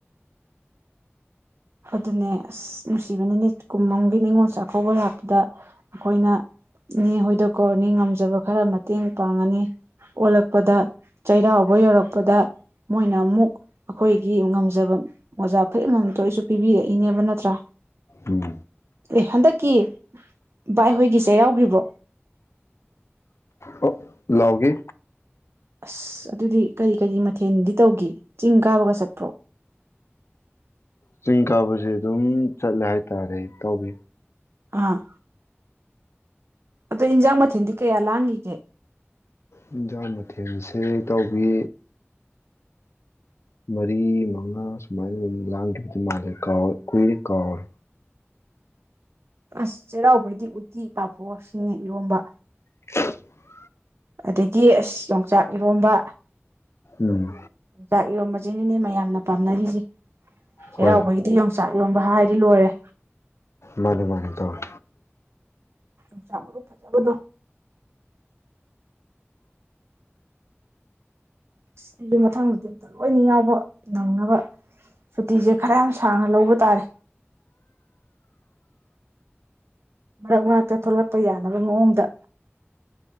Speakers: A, on the right (about 70°); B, on the left (about 80°).
A: ꯑꯗꯨꯅꯦ ꯑꯁ ꯅꯨꯡꯁꯤꯕꯅꯦ ꯀꯨꯝꯃꯪꯒꯤ ꯅꯤꯉꯣꯜ ꯆꯥꯛꯀꯧꯕ ꯂꯥꯛꯄꯗ ꯑꯩꯈꯣꯏꯅ ꯍꯣꯏꯗꯣꯛꯀꯣꯅꯤ ꯉꯝꯖꯕ ꯈꯔ ꯃꯇꯦꯡ ꯄꯥꯡꯉꯅꯤ ꯑꯣꯜꯂꯛꯄꯗ ꯆꯩꯔꯥꯎꯕ ꯌꯧꯔꯛꯄꯗ ꯃꯣꯏꯅ ꯑꯃꯨꯛ ꯑꯩꯈꯣꯏꯒꯤ ꯉꯝꯖꯕ ꯃꯣꯖꯥ ꯐꯔꯤꯠꯃ ꯄꯤꯕꯤꯔꯛꯏꯅꯦꯕ ꯅꯠꯇ꯭ꯔꯥ
B: ꯎꯝ
A: ꯑꯦ ꯍꯟꯗꯛꯀꯤ ꯕꯥꯏ ꯍꯣꯏꯒꯤ ꯆꯩꯔꯥꯎꯒꯤꯕ꯭ꯔꯣ
B: ꯑꯣ ꯂꯥꯎꯒꯤ
A: ꯑꯁ ꯑꯗꯨꯗꯤ ꯀꯔꯤ ꯀꯔꯤ ꯃꯊꯦꯜꯗꯤ ꯇꯧꯈꯤ ꯆꯤꯡ ꯀꯥꯕꯒ ꯆꯠꯄ꯭ꯔꯣ
B: ꯆꯤꯡ ꯀꯥꯕꯁꯦ ꯑꯗꯨꯝ ꯆꯠꯂꯦ ꯍꯥꯏꯇꯥꯔꯦ ꯇꯥꯎꯕꯤ
A: ꯑꯥ ꯑꯗ ꯏꯟꯖꯥꯝ ꯃꯊꯦꯟꯗꯤ ꯀꯦꯌꯥ ꯂꯥꯡꯒꯤꯒꯦ
B: ꯌꯦꯟꯁꯥꯡ ꯃꯊꯦꯜꯁꯦ ꯏꯇꯥꯎꯕꯤ ꯃꯔꯤ ꯃꯉꯥ ꯁꯨꯃꯥꯏꯅ ꯑꯗꯨ ꯂꯥꯡꯈꯤꯕꯗꯨ ꯃꯥꯜꯂꯦ ꯀꯥꯎ ꯀꯨꯏꯔꯦ ꯀꯥꯎꯔꯦ
A: ꯑꯁ ꯆꯩꯔꯥꯎꯕꯩꯗꯤ ꯎꯠꯇꯤ ꯄꯥꯐꯣꯔ <unintelligible> ꯉꯦ ꯏꯔꯣꯝꯕ
B: <inaudible>
A: ꯑꯗꯒꯤ ꯑꯁ ꯌꯣꯡꯆꯥꯛ ꯏꯔꯣꯝꯕ
B: ꯎꯝ
A: ꯇ ꯏꯔꯣꯝꯕꯖꯦ <unintelligible> ꯃꯌꯥꯝꯅ ꯄꯥꯝꯅꯔꯤꯁꯦ ꯆꯩꯔꯥꯎꯕꯒꯤꯗꯤ
B: ꯍꯣꯏ
A: ꯌꯣꯡꯆꯥꯛ ꯔꯣꯝꯕ ꯍꯥꯏꯗꯤ ꯂꯣꯏꯔꯦ
B: ꯃꯥꯅꯦ ꯃꯥꯅꯦ ꯇꯧꯋꯦ
A: ꯌꯣꯡꯆꯥꯛ ꯃꯔꯨ ꯐꯖꯕꯗꯣ ꯑꯁ ꯑꯩꯁꯨ ꯃꯊꯪꯗꯗꯤ ꯑꯝꯇ ꯂꯣꯏꯅ ꯌꯥꯎꯕ ꯅꯪꯅꯕ ꯁꯨꯇꯤꯁꯦ ꯈꯔ ꯌꯥꯝ ꯁꯥꯡꯅ ꯂꯧꯕ ꯇꯥꯔꯦ ꯃꯔꯛ ꯃꯔꯛꯇ ꯊꯣꯛꯂꯛꯄ ꯌꯥꯅꯕ ꯃꯑꯣꯡꯗ